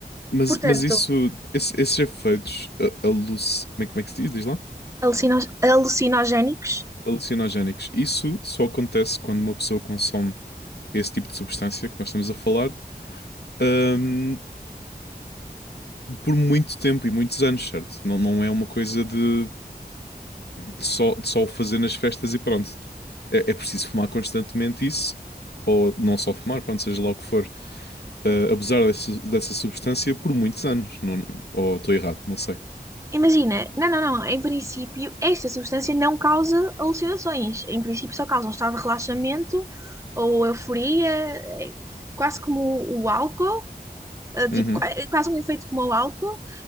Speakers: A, on the left; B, on the right.
A: Mas,
B: Portanto,
A: mas isso, esse- esses efeitos a- aluc... como é, como é que se diz? Diz lá?
B: alucinos, alucinogénicos
A: Alucinogénicos. Isso só acontece quando uma pessoa consome esse tipo de substância que nós estamos a falar, hum, por muito tempo e muitos anos, certo? Não, não é uma coisa de só, de só o fazer nas festas e pronto. É, é preciso fumar constantemente isso, ou não só fumar, pronto, seja lá o que for, ah, abusar dessa, dessa substância por muitos anos. Não, ou estou errado, não sei.
B: Imagina, não, não, não, em princípio, esta substância não causa alucinações. Em princípio, só causa um estado de relaxamento ou euforia, eh, quase como o álcool, eh, tipo,
A: Uhum,
B: qua- é quase um efeito como o álcool,